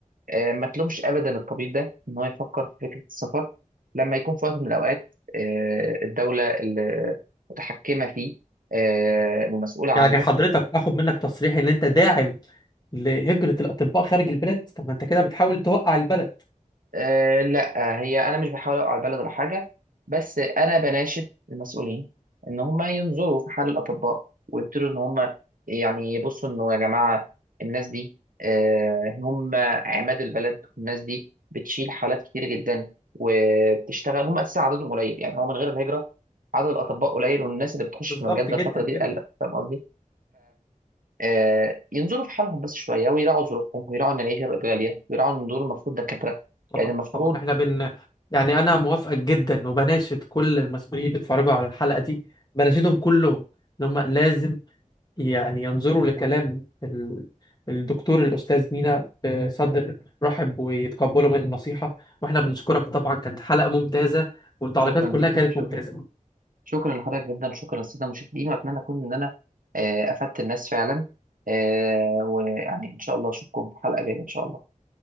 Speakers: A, on the right; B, on the left.
A: آه، ما تلومش أبدا الطبيب ده إن هو يفكر في فكرة السفر لما يكون في وقت من الأوقات آه، الدولة اللي متحكمة فيه آه، ومسؤولة عنه
B: يعني حضرتك اخد منك تصريح ان انت داعم لهجرة الاطباء خارج البلاد طب ما انت كده بتحاول توقع البلد
A: أه لا هي انا مش بحاول اوقع البلد ولا حاجه بس انا بناشد المسؤولين ان هم ينظروا في حال الاطباء ويبتدوا ان هم يعني يبصوا انه يا جماعه الناس دي أه هم عماد البلد والناس دي بتشيل حالات كتير جدا وبتشتغل هم اساسا عددهم قليل يعني هو من غير الهجره عدد الاطباء قليل والناس اللي بتخش
B: بالظبط
A: في المجال ده
B: جدا
A: الفتره دي
B: جدا
A: قل فاهم قصدي؟ آه، ينظروا في حالهم بس شويه ويراعوا ظروفهم ويراعوا ان العيشه بقت غاليه ويراعوا ان دول المفروض دكاتره
B: طبعا
A: يعني المفروض
B: طبعا احنا بن يعني انا موافقك جدا وبناشد كل المسؤولين اللي بيتفرجوا على الحلقة دي بناشدهم كلهم ان هم لازم يعني ينظروا لكلام ال... الدكتور الاستاذ مينا بصدر رحب ويتقبلوا من النصيحة واحنا بنشكرك طبعا كانت حلقة ممتازة والتعليقات
A: شكرا
B: كلها
A: جدا
B: كانت
A: شكرا
B: ممتازة
A: شكرا لحضرتك جدا شكرا للساده المشاهدين واتمنى اكون ان انا آه، افدت الناس فعلا آه، ويعني ان شاء الله اشوفكم في حلقه جايه ان شاء الله